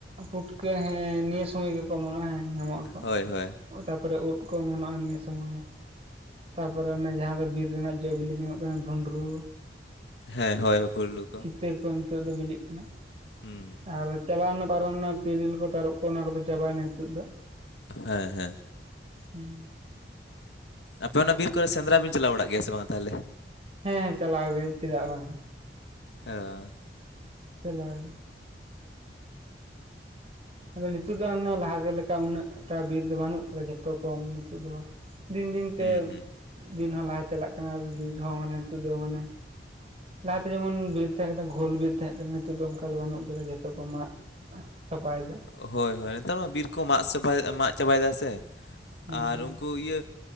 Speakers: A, on the right; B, on the left.
A: ᱯᱩᱩᱴᱠᱟᱹ ᱦᱮᱸ ᱱᱤᱭᱟᱹ ᱥᱚᱢᱚᱭ ᱜᱮᱠᱚ ᱚᱢᱚᱱᱚᱜᱼᱟ ᱦᱮᱸ ᱧᱟᱢᱚᱜ ᱟᱠᱚ
B: ᱦᱳᱭ ᱦᱳᱭ
A: ᱛᱟᱯᱚᱨᱮ ᱩᱫ ᱠᱚ ᱚᱢᱚᱱᱚᱜᱼᱟ ᱱᱤᱭᱟᱹ ᱥᱩᱢᱚᱭ ᱛᱟᱯᱚᱨᱮ ᱚᱱᱮ ᱡᱟᱦᱟᱸ ᱫᱚ ᱵᱤᱨ ᱨᱮᱱᱟᱜ ᱡᱚᱼᱵᱤᱞᱤ ᱧᱟᱢᱚᱜ ᱠᱟᱱᱟ ᱵᱷᱩᱸᱰᱨᱩ
B: ᱦᱮᱸ ᱦᱳᱭ ᱯᱩᱞᱞᱩ ᱠᱚ
A: ᱛᱮ ᱨᱚᱠᱚᱢ ᱱᱤᱛᱚᱜ ᱫᱚ ᱵᱤᱞᱤᱜ ᱠᱟᱱᱟ
B: ᱦᱩᱸ
A: ᱟᱨ ᱪᱟᱞᱟᱣᱱᱟ ᱯᱟᱨᱚᱢᱮᱱᱟ ᱛᱤᱨᱤᱞ ᱠᱚ ᱛᱟᱨᱚᱵ ᱠᱚ ᱚᱱᱟ ᱠᱚᱫᱚ ᱪᱟᱵᱟᱭᱮᱱᱟ ᱱᱤᱛᱚᱜ ᱫᱚ
B: ᱦᱮᱸ ᱦᱮᱸ
A: ᱦᱮᱸ
B: ᱟᱯᱮ ᱚᱱᱟ ᱵᱤᱨ ᱠᱚᱨᱮ ᱥᱮᱸᱫᱽᱨᱟ ᱵᱩᱱ ᱪᱟᱞᱟᱣ ᱵᱟᱲᱟᱜ ᱜᱮᱭᱟ ᱥᱮ ᱵᱟᱝ ᱛᱟᱦᱚᱞᱮ
A: ᱦᱮᱸ ᱦᱮᱸ ᱪᱟᱞᱟᱣ ᱜᱮ ᱪᱮᱫᱟᱜ ᱵᱟᱝ
B: ᱚᱻ
A: ᱪᱟᱞᱟᱣ ᱜᱮ ᱟᱫᱚ ᱱᱤᱛᱚᱜ ᱫᱚ ᱚᱱᱮ ᱞᱟᱦᱟ ᱛᱮ ᱞᱮᱠᱟ ᱩᱱᱟᱹᱜ ᱴᱟ ᱵᱤᱨ ᱫᱚ ᱵᱟᱹᱱᱩᱜ ᱟᱠᱟᱫᱟ ᱡᱷᱚᱛᱚ ᱠᱚ ᱱᱤᱛᱚᱜ ᱫᱚ ᱫᱤᱱ ᱫᱤᱱ ᱛᱮ
B: ᱦᱩᱸ ᱦᱩᱸ
A: ᱫᱤᱱ ᱦᱚᱸ ᱞᱟᱦᱟ ᱪᱟᱞᱟᱜ ᱠᱟᱱᱟ ᱵᱤᱨ ᱦᱚᱸ ᱢᱟᱱᱮ ᱱᱤᱛᱚᱜ ᱫᱚ ᱢᱟᱱᱮ ᱞᱟᱦᱟᱛᱮ ᱡᱮᱢᱚᱱ ᱵᱤᱨ ᱛᱟᱦᱮᱸ ᱠᱟᱱᱟ ᱜᱷᱳᱞ ᱵᱤᱨ ᱛᱟᱦᱮᱸ ᱠᱟᱱᱟ ᱱᱤᱛᱚᱜ ᱫᱚ ᱚᱱᱠᱟ ᱫᱚ ᱵᱟᱹᱱᱩᱜ ᱟᱠᱟᱫᱟ ᱡᱷᱚᱛᱚ ᱠᱚ ᱢᱟᱜ ᱥᱟᱯᱟᱭ ᱫᱟ
B: ᱦᱳᱭ ᱦᱳᱭ ᱱᱮᱛᱟᱨ ᱢᱟ ᱵᱤᱨ ᱠᱚ ᱢᱟᱜ ᱪᱟᱵᱟᱭ ᱢᱟᱜ ᱪᱟᱵᱟᱭᱮᱫᱟᱭ ᱥᱮ
A: ᱦᱩᱸ
B: ᱟᱨ
A: ᱦᱩᱸ
B: ᱩᱱᱠᱩ ᱤᱭᱟᱹ